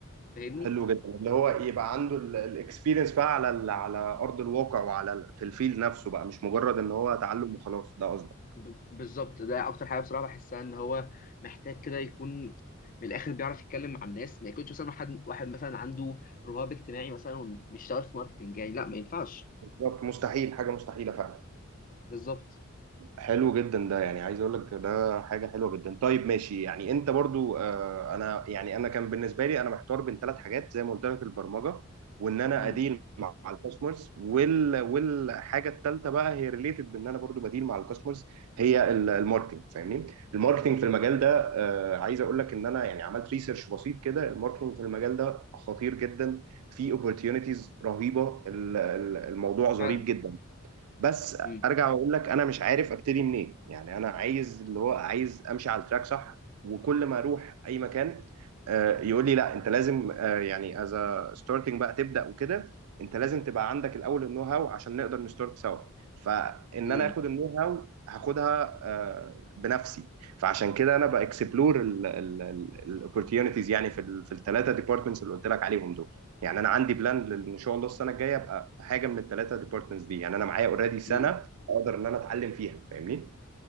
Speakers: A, on the left (about 40°); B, on the right (about 85°).
A: فاهمني
B: حلو جدا اللي هو يبقى عنده الاكسبيرينس بقى على ال- على ارض الواقع وعلى ال- في الفيل نفسه بقى مش مجرد ان هو تعلم وخلاص ده قصدك
A: ب- بالظبط ده اكتر حاجه بصراحه بحسها ان هو محتاج كده يكون من الاخر بيعرف يتكلم مع الناس ما يكونش مثلا واحد واحد مثلا عنده رهاب اجتماعي مثلا وبيشتغل في ماركتنج يعني لا ما ينفعش
B: بالظبط مستحيل حاجه مستحيله فعلا
A: بالظبط
B: حلو جدا ده يعني عايز اقول لك ده حاجه حلوه جدا طيب ماشي يعني انت برضو آه انا يعني انا كان بالنسبه لي انا محتار بين ثلاث حاجات زي ما قلت لك البرمجه وان انا
A: امم
B: اديل مع الكاستمرز وال والحاجه الثالثه بقى هي ريليتد بان انا برضو بديل مع الكاستمرز هي ال- الماركتنج فاهمني الماركتنج في المجال ده آه عايز اقول لك ان انا يعني عملت ريسيرش بسيط كده الماركتنج في المجال ده خطير جدا في اوبورتيونيتيز رهيبه ال- ال- الموضوع ظريف
A: فعلا
B: جدا بس
A: امم
B: ارجع واقول لك انا مش عارف ابتدي منين يعني انا عايز اللي هو عايز امشي على التراك صح وكل ما اروح اي مكان آه، يقول لي لا انت لازم آه، يعني از ستارتنج بقى تبدا وكده انت لازم تبقى عندك الاول النو هاو عشان نقدر نستارت سوا فان
A: امم
B: انا اخد النو هاو هاخدها آه، بنفسي فعشان كده انا باكسبلور الاوبورتيونيتيز يعني في ال- في الثلاثه ديبارتمنتس اللي قلت لك عليهم دول يعني انا عندي بلان لل- ان شاء الله السنه الجايه ابقى في حاجه من الثلاثه ديبارتمنتس دي يعني انا معايا اوريدي سنه
A: امم
B: اقدر ان انا اتعلم فيها فاهمني